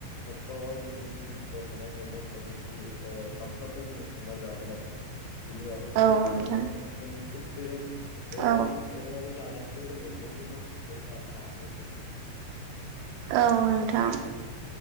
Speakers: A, on the left; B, on the right.
A: न'खरावहाय जोङो सोलिबोबाय थानाय मैगं थ थाइगं जि ओ सानफ्रामबो जोङो संना जाबोनाय। बिनि बागै एसे
B: औ
A: बुंनि
B: नोंथां
A: आङो जों बे दोरों दोरों
B: औ
A: दोरोङारि जानायखौ खौ जोङो बयबो मोनथिजोबखायो आरो जाखायो गोथाव मोनखायो।
B: औ नोंथां।